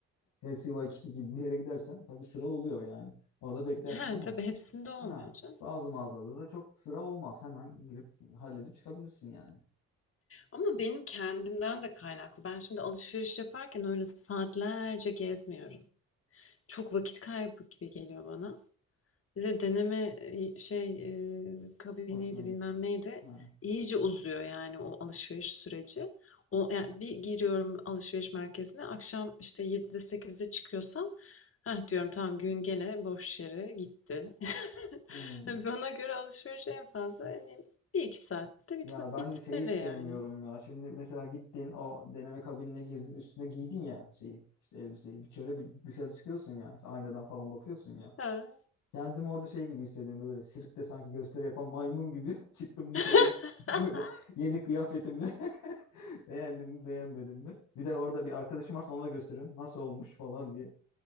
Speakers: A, on the left (about 85°); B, on the left (about 50°).
A: LCY2 gibi bir yere gidersen tabii sıra oluyor yani. Orada beklersin
B: He,
A: ama
B: tabii hepsinde olmuyor
A: ha,
B: canım.
A: bazı mağazada da çok sıra olmaz. Hemen girip halledip çıkabilirsin yani.
B: Ama benim kendimden de kaynaklı. Ben şimdi alışveriş yaparken öyle saatlerce gezmiyorum. Çok vakit kaybı gibi geliyor bana. Bir de deneme, eee, şey, eee, kabiniydi,
A: Hoşuna gitti.
B: bilmem neydi.
A: Ha.
B: İyice uzuyor yani o alışveriş süreci. O yani bir giriyorum alışveriş merkezine akşam işte 7'de sekizde çıkıyorsam heh diyorum tamam gün gene boş yere gitti. <laughs>
A: Hmm.
B: Hani Bana göre alışveriş en fazla hani bir iki saatte bitme,
A: Ya ben
B: bitmeli
A: de şeyi hiç sevmiyorum
B: yani.
A: ya. Şimdi mesela gittin o deneme kabinine girdin üstüne giydin ya şeyi işte elbiseyi. Bir şöyle bir dışarı çıkıyorsun ya. işte aynadan falan bakıyorsun ya.
B: Ha.
A: Kendimi orada şey gibi hissediyorum böyle sirkte sanki gösteri yapan maymun gibi <laughs> çıktım
B: <laughs>
A: dışarıya. <laughs> Böyle yeni kıyafetimle <laughs> beğendim mi beğenmedim mi? Bir de orada bir arkadaşım varsa ona gösterin nasıl olmuş falan diye.